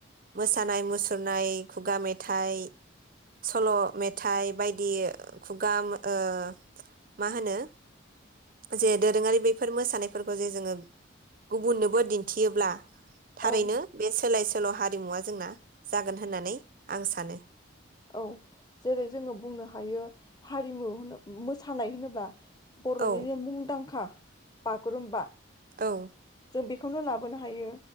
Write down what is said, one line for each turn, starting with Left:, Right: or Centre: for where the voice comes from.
Right: मोसानाय मुसुरनाय खुगा मेथाइ सल' मेथाइ बाय दि खुगा ओ मा होनो जे दोरोङारि बेफोर मोसानायफोरखौ जे जोङो गुबुननोबो दिन थियोब्ला थारैनो
Left: औ
Right: बे सोलाय सोल' हारिमुवा जोंना जागोन होननानै आं सानो।
Left: औ जेरै जोङो बुंनो हायो हारिमु होनो मोसानाय होनोब्ला बर'निनो
Right: औ
Left: मुंदांखा बागुरुम्बा
Right: औ
Left: जों बेखौनो लाबोनो हायो